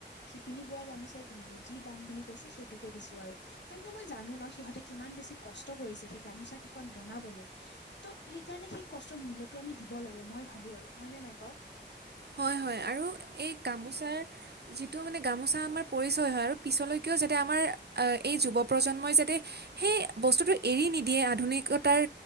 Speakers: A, on the left; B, on the right.
A: শিপিনী বোৱা গামোচাই কিনিলো, যি দাম বুলি কৈছে সেইটোকে দিছো আৰু কাৰণ কিয় মই জানো ন' সিহঁতে কিমান বেছি কষ্ট কৰিছে, সেই গামোচা কেইখন বনাবলৈ। ঢৌ সেইকাৰণে সেই কষ্টৰ মূল্যতটো আমি দিব লাগে, মই ভাবো আৰু হয়নেে নাই ক?
B: হয়-হয় আৰু এই গামোচাৰ যিটো মানে গামোচা আমাৰ পৰিচয় হয়, আৰু পিছলৈকেও যাতে আমাৰ এই যুৱ প্ৰজন্মই যাতে সেই বস্তুটো এৰি নিদিয়ে, আধুনিকতাৰ